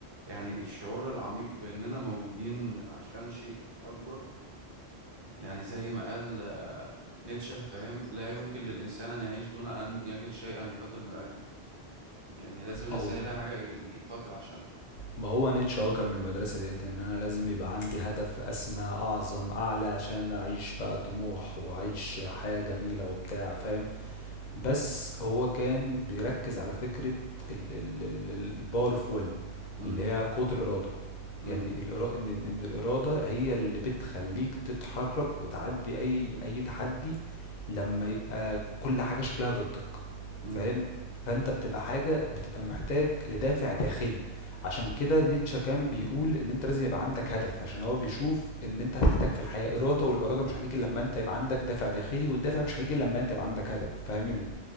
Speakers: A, on the right; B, on the left.
A: يعني الشعور العميق باننا موجودين من عشان شيء اكبر يعني زي ما قال آه، نيتشه فاهم لا يمكن للانسان ان يعيش دون ان يجد شيئا يقاتل من اجله يعني لازم الانسان
B: او
A: يلاقي حاجه يقاتل عشانها
B: ما هو نيتشه هو كان من المدرسه ديت ان انا لازم يبقى عندي هدف اسمى اعظم اعلى عشان اعيش بقى طموح واعيش حياه جميله وبتاع فاهم بس هو كان بيركز على فكرة ال- ال- ال- ال- power of will
A: مم.
B: اللي هي قوة الإرادة
A: مم.
B: يعني الإرا... إن إن الإرادة هي اللي بتخليك تتحرك وتعدي أي أي تحدي لما يبقى كل حاجة شكلها ضدك
A: مم.
B: فاهم فأنت بتبقى حاجة بتبقى محتاج لدافع داخلي عشان كده نيتشه كان بيقول إن أنت لازم يبقى عندك هدف عشان هو بيشوف إن أنت هتحتاج في الحياة إرادة والإرادة مش هتيجي إلا لما أنت يبقى عندك دافع داخلي والدافع مش هيجي إلا لما أنت يبقى عندك هدف فاهم